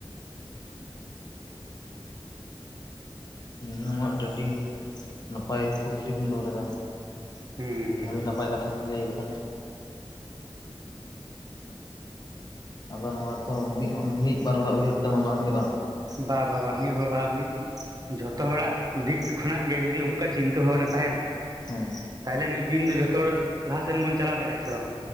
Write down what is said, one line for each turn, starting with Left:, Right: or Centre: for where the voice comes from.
Left: ᱱᱚᱣᱟ ᱫᱚ ᱟᱹᱰᱤ ᱱᱟᱯᱟᱭ ᱠᱩᱠᱞᱤ ᱵᱤᱱ ᱫᱚᱦᱚ ᱞᱮᱫᱟ᱾
Right: ᱦᱩᱸ ᱦᱩᱸ
Left: ᱟᱹᱰᱤ ᱱᱟᱯᱟᱭ ᱠᱟᱛᱷᱟ ᱵᱤᱱ ᱞᱟᱹᱭ ᱟᱠᱟᱫᱟ᱾ ᱟᱫᱚ ᱱᱚᱣᱟ ᱫᱚ ᱢᱤᱫ ᱦᱚ ᱢᱤᱫ ᱵᱟᱨ ᱦᱚᱲᱟᱜ ᱩᱭᱦᱟᱹᱨ ᱛᱮᱢᱟ ᱵᱟᱝ ᱦᱤᱭᱩᱜᱼᱟ᱾
Right: ᱵᱟᱼᱵᱟᱼᱵᱟ ᱢᱤᱫ ᱦᱚᱲ ᱵᱟ ᱢᱤᱫ ᱡᱷᱚᱛᱚ ᱦᱚᱲᱟᱜ ᱫᱤᱠ ᱠᱷᱚᱱᱟᱜ ᱜᱮ ᱡᱩᱫᱤ ᱚᱱᱠᱟ ᱪᱤᱱᱛᱟᱹ ᱵᱷᱟᱵᱽᱱᱟ ᱛᱟᱦᱮᱸᱱᱟ᱾
Left: ᱦᱮᱸ᱾
Right: ᱛᱟᱦᱮᱞᱮ ᱢᱤᱫ ᱫᱤᱱ ᱫᱚ ᱡᱷᱚᱛᱚ ᱦᱚᱲ ᱞᱟᱦᱟᱥᱱ ᱵᱚᱱ ᱪᱟᱞᱟᱣ ᱫᱟᱲᱮᱭᱟᱜᱼᱟ ᱦᱮᱸ ᱥᱮ ᱵᱟᱝ?